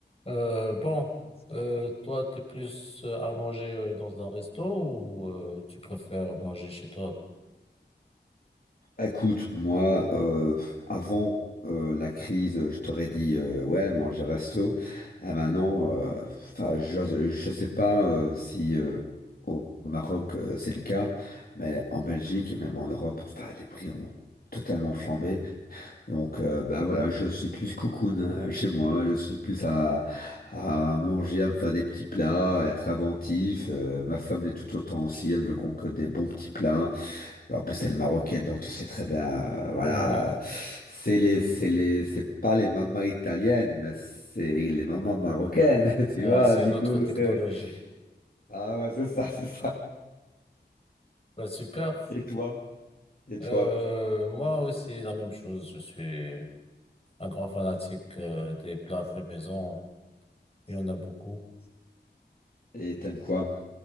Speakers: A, on the left; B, on the left.
A: Euh, bon, euh, toi, t'es plus euh, à manger euh, dans un resto ou euh, tu préfères manger chez toi?
B: Écoute, moi, euh, avant euh, la crise, je t'aurais dit, euh, ouais, manger resto. Et maintenant, euh, enfin, je je sais pas euh, si euh, au Maroc, euh, c'est le cas, mais en Belgique et même en Europe, enfin, les prix ont totalement flambé. Donc, euh, bah voilà, je suis plus cocoon hein, chez moi. Je suis plus à, à manger, à me faire des petits plats, à être inventif. Euh, ma femme l'est tout autant aussi. Elle me concocte des bons petits plats. En plus, elle est marocaine, donc tu sais très bien, euh, voilà,
A: Ouais,
B: c'est les, c'est les, c'est pas les mamans italiennes, mais c'est les mamans marocaines, <laughs>
A: Ouais,
B: tu vois,
A: c'est
B: du
A: notre
B: coup,
A: technologie.
B: c'est, ah ouais, c'est ça, c'est ça.
A: Bah, super.
B: Et toi, et
A: Euh,
B: toi,
A: moi aussi, la même chose. Je suis un grand fanatique euh, des plats faits maison. Il y en a beaucoup.
B: et t'aimes quoi